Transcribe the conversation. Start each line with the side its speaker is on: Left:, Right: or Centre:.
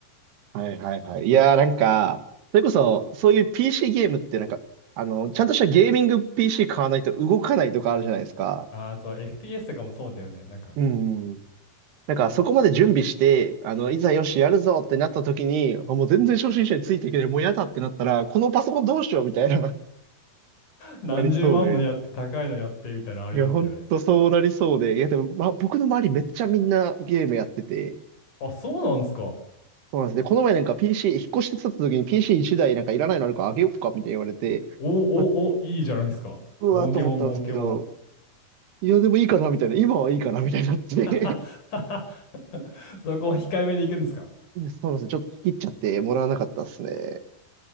Right: はいはいはい。いやーなんか、それこそそういう PC ゲームってなんか、あの、ちゃんとしたゲーミング PC 買わないと動かないとかあるじゃないですか。
Left: あ、あと FPS とかもそうだよね。なんか
Right: うんうん。なんか、そこまで準備して、あの、いざよし、やるぞってなった時に、あもう全然初心者についていけない、もうやだってなったら、このパソコンどうしようみたいな、<laughs>
Left: 何十万もやって高いのやってみたいなのありますよね。
Right: なりそうで。いや、ほんとそうなりそうで。いや、でも、まあ、僕の周りめっちゃみんなゲームやってて、
Left: あ、そうなんですか。
Right: そうなんですね。この前なんか PC、引っ越してきた時に PC1 台なんかいらないのあるからあげよっかみたいに言われて、
Left: おおお、
Right: あ
Left: いいじゃないですか。
Right: うわーと思ったんですけど、
Left: 儲けもん、儲けもん。
Right: いや、でもいいかなみたいな、今はいいかなみたいになって。
Left: <laughs> はははそこは控えめに行くんですか
Right: <laughs> いやそうなんですよ。ちょっと切っちゃってもらわなかったっすね。